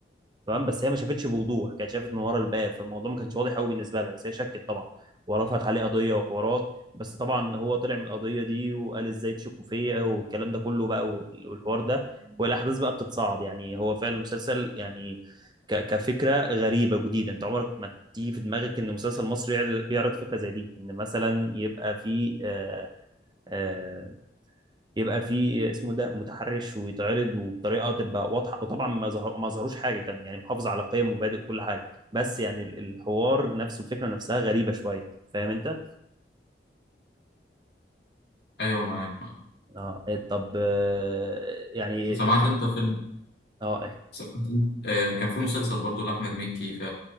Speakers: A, on the right (about 25°); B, on the left (about 65°).
A: تمام بس هي ما شافتش بوضوح كانت شافت من ورا الباب فالموضوع ما كانش واضح قوي بالنسبه لها بس هي شكت طبعا ورفعت عليه قضيه وحوارات بس طبعا هو طلع من القضيه دي وقال ازاي تشكوا فيا والكلام ده كله بقى وال- والحوار ده والاحداث بقى بتتصاعد يعني هو فعلا المسلسل يعني ك- كفكره غريبه جديده انت عمرك ما تيجي في دماغك ان مسلسل مصري يعرض يعرض فكره زي دي ان مثلا يبقى في آه، آه، يبقى في اسمه ده متحرش ويتعرض وبطريقه تبقى واضحه وطبعا ما ظهر ما ظهروش حاجه كان يعني محافظ على قيم ومبادئ وكل حاجه بس يعني ال- الحوار نفسه الفكره نفسها غريبه شويه فاهم انت؟
B: أيوة معاك معاك
A: اه إيه، طب آه، يعني
B: سمعت أنت فيلم
A: اه إيه،
B: سمعت أنت آه كان في مسلسل برضو لأحمد مكي ف...